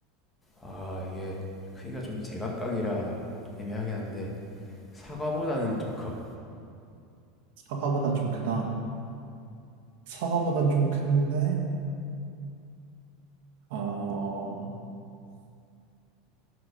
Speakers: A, on the left; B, on the right.
A: 음아 이게 크기가 좀 제각각이라 애매하긴 한데 사과보다는 좀 커.
B: 사과보다 좀 크다. 사과보단 좀 큰데, 어,